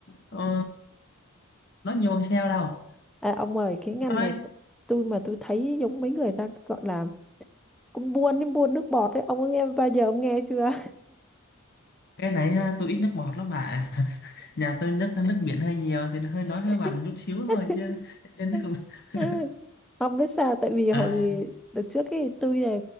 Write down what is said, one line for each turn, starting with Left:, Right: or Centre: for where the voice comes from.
Left: ờ, nói nhiều bằng sale đâu.
Centre: À, ông ơi, cái ngành
Left: Nó nói
Centre: này của tôi mà tôi thấy giống mấy người ta gọi là cũng buôn đến buôn nước bọt đấy. Ông có nghe bao giờ ông nghe chưa?
Left: cái này ha, tôi ít nước bọt lắm mà <laughs> nhà tôi nước nước biển hơi nhiều thì hơi nói hơi
Centre: <laughs>
Left: mặn chút xíu thôi chứ chứ nó không <laughs>
Centre: không biết sao tại vì hồi
Left: à
Centre: gì đợt trước cái tôi là